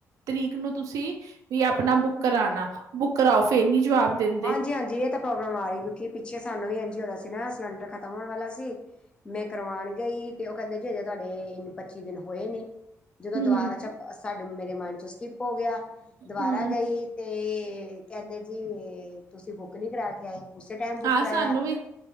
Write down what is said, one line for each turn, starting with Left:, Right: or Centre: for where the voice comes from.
Right: ਤਰੀਕ ਨੂੰ ਤੁਸੀਂ ਵੀ ਆਪਣਾ ਬੁੱਕ ਕਰਾਣਾ ਬੁੱਕ ਕਰਾਓ, ਫੇਰ ਨੀ ਜਵਾਬ ਦੇਿੰ
Left: ਹਾਂਜੀ-ਹਾਂਜੀ, ਇਹ ਤਾਂ ਪ੍ਰੋਬਲਮ ਆ ਰਹੀ ਕਿਉਂਕਿ ਪਿੱਛੇ ਸਾਨੂੰ ਵੀ ਇੰਜ ਹੀ ਆਉਦਾ ਸੀ ਨਾ ਸਿਲੰਡਰ ਖਤਮ ਹੋਣ ਵਾਲਾ ਸੀ ਮੈਂ ਕਰਵਾਉਣ ਗਈ ਤੇ ਉਹ ਕਹਿੰਦੇ ਜੇ ਹਜੇ ਤੁਹਾਡੇ ਇਨ ਪੱਚੀ ਦਿਨ ਹੋਏ ਨੀ।
Right: ਹਮ
Left: ਜਦੋਂ ਦੁਬਾਰਾ ਛਪ ਸਾਡੇ ਮੇਰੇ ਮਾਇੰਡ ਚੋ ਸਕਿਪ ਹੋ ਗਿਆ, ਦੁਬਾਰਾ
Right: ਹਮ
Left: ਗਈ ਤੇ, ਕਹਿੰਦੇ ਜੀ ਤੁਸੀਂ ਬੁੱਕ ਨੀ ਕਰਾ ਆਈ ਉਸੇ ਟਾਈਮ ਬੁੱਕ
Right: ਹਾਂ
Left: ਕਰਵਾਇਆ।
Right: ਸਾਨੂੰ ਵੀ